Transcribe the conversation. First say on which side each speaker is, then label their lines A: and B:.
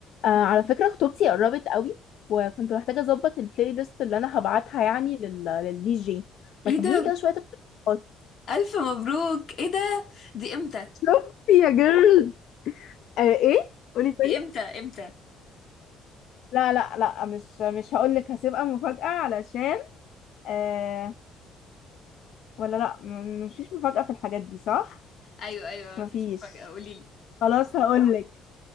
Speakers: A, on the left; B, on the left.
A: آه على فكرة خطوبتي قربت قوي وكنت محتاجة اظبط البلاي ليست اللي انا هبعتها يعني لل... للدي جي
B: ايه
A: ما تديني
B: ده
A: كده شوية
B: <laughs>
A: اقتراحات
B: الف مبروك ايه ده دي امتى
A: شوفي يا جيرل آه ايه قولي تاني
B: دي امتى امتى
A: لا لا لا مش مش هقول لك هسيبها مفاجأة علشان آه ولا لا م- مفيش مفاجأة في الحاجات دي صح
B: ايوه ايوه
A: مفيش
B: مفيش مفاجأة قولي لي
A: خلاص هقول لك